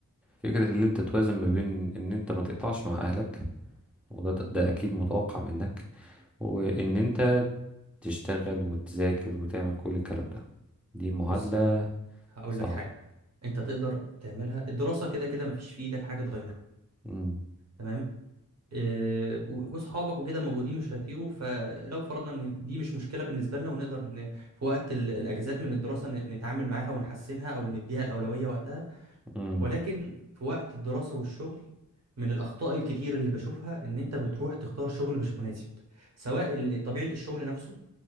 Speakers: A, in the centre; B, on the right (about 50°).
A: فكرة اللي انت توازن ما بين ان انت ما تقطعش مع اهلك وده ده اكيد متوقع منك وان انت تشتغل وتذاكر وتعمل كل الكلام ده دي معادلة
B: بص هقول
A: صعبة
B: لك حاجة انت تقدر تعملها الدراسة كده كده مفيش في ايدك حاجة تغيرها
A: امم
B: تمام إيه، و- واصحابك وكده موجودين مش هيطيروا فلو فرضنا ان دي مش مشكلة بالنسبة لنا ونقدر ن... في وقت ال- الاجازات من الدراسة ن- نتعامل معاها ونحسنها او نديها الأولوية وقتها
A: امم
B: ولكن في وقت الدراسة والشغل من الأخطاء الكتير اللي بشوفها إن أنت بتروح تختار شغل مش مناسب سواء ال- طبيعة الشغل نفسه